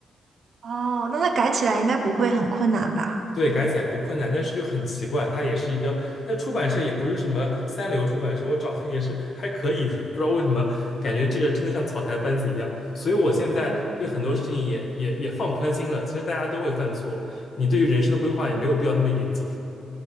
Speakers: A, on the right; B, on the left.
A: <laughs> 哦，那他改起来应该不会很困难吧？
B: 对，改载不困难，但是就很奇怪，他也是一个，他出版社也不是什么三流出版社，我找的也是还可以的，不知道为什么感觉这个真的像草台班子一样，所以我现在对很多事情也也也放宽心了。
A: 嗯，
B: 其实大家都会犯错，你对于人生的规划也没有必要那么严谨。